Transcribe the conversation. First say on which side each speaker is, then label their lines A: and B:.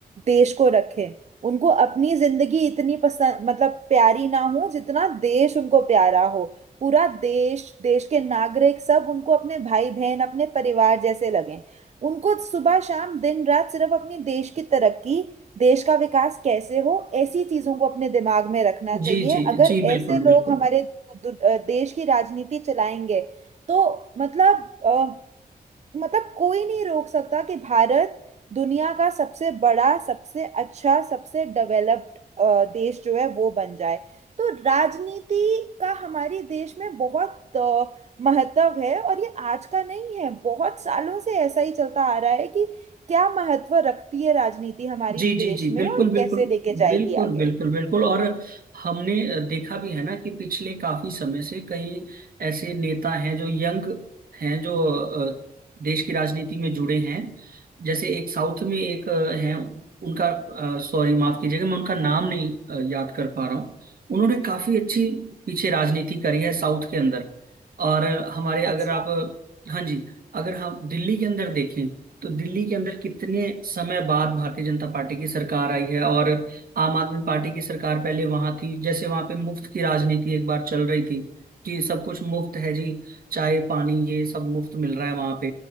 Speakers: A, on the right; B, on the right.
A: देश को रखें उनको अपनी जिंदगी इतनी पसंद मतलब प्यारी ना हो जितना देश उनको प्यारा हो पूरा देश देश के नागरिक सब उनको अपने भाई बहन अपने परिवार जैसे लगें उनको सुबह शाम दिन रात सिर्फ अपनी देश की तरक्की देश का विकास कैसे हो ऐसी चीजों को अपने दिमाग में रखना चाहिए
B: जी जी
A: अगर
B: जी बिल्कुल
A: ऐसे लोग
B: बिल्कुल
A: हमारे दु- दु- देश की राजनीति चलाएंगे तो मतलब अ, मतलब कोई नहीं रोक सकता कि भारत दुनिया का सबसे बड़ा सबसे अच्छा सबसे डेवलप्ड देश जो है वो बन जाए तो राजनीति का हमारे देश में बहुत अ, महत्व है और ये आज का नहीं है बहुत सालों से ऐसा ही चलता आ रहा है कि क्या महत्व रखती है राजनीति हमारी
B: जी
A: देश
B: जी जी
A: में
B: बिल्कुल
A: और
B: बिल्कुल
A: कैसे लेके जाएगी
B: बिल्कुल
A: आगे
B: बिल्कुल बिल्कुल और हमने देखा भी है ना कि पिछले काफी समय से कई ऐसे नेता हैं जो यंग हैं जो अ, देश की राजनीति में जुड़े हैं जैसे एक साउथ में एक अ, हैं उनका सॉरी माफ कीजिएगा मैं उनका नाम नहीं अ, याद कर पा रहा हूँ उन्होंने काफी अच्छी पीछे राजनीति करी है साउथ के अंदर और हमारे अगर
A: अच्छा
B: आप हाँ जी अगर हम दिल्ली के अंदर देखें तो दिल्ली के अंदर कितने समय बाद भारतीय जनता पार्टी की सरकार आई है और आम आदमी पार्टी की सरकार पहले वहां थी जैसे वहां पे मुफ्त की राजनीति एक बार चल रही थी कि सब कुछ मुफ्त है जी चाय पानी ये सब मुफ्त मिल रहा है वहां पे